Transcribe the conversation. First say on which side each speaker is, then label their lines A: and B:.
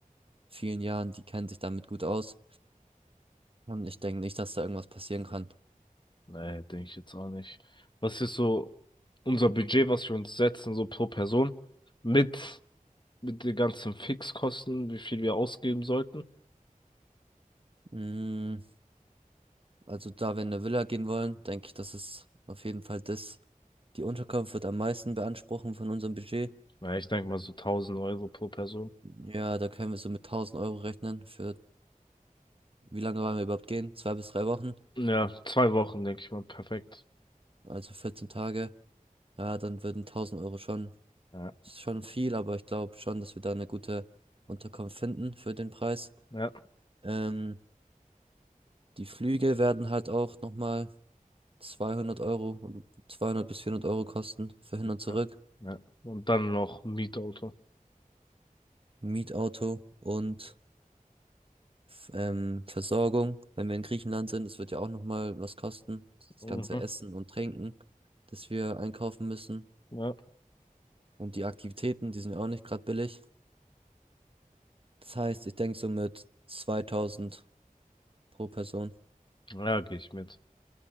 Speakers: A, on the right; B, on the left.
A: vielen Jahren. Die kennen sich damit gut aus. Und ich denke nicht, dass da irgendwas passieren kann.
B: Nee, denke ich jetzt auch nicht. Was ist so unser Budget, was wir uns setzen, so pro Person? Mit, mit den ganzen Fixkosten, wie viel wir ausgeben sollten?
A: Mm, also da wir in eine Villa gehen wollen, denke ich, dass es auf jeden Fall das. Die Unterkunft wird am meisten beanspruchen von unserem Budget.
B: Na, ich denke mal so 1000 Euro pro Person.
A: Ja, da können wir so mit 1000 Euro rechnen für, wie lange wollen wir überhaupt gehen? Zwei bis drei Wochen,
B: Ja, zwei Wochen, denke ich mal, perfekt.
A: also 14 Tage. Ja, dann würden 1000 Euro schon,
B: Ja.
A: ist schon viel, aber ich glaube schon, dass wir da eine gute Unterkunft finden für den Preis.
B: Ja.
A: Ähm, die Flüge werden halt auch nochmal 200 Euro, 200 bis 400 Euro kosten für hin und zurück.
B: Ja. Ja. Und dann noch Mietauto.
A: Mietauto und f- ähm, Versorgung. Wenn wir in Griechenland sind, es wird ja auch nochmal was kosten. Das
B: Mhm.
A: ganze Essen und Trinken, das wir einkaufen müssen.
B: Ja.
A: Und die Aktivitäten, die sind ja auch nicht gerade billig. Das heißt, ich denke so mit 2000 pro Person.
B: Ja, gehe ich mit.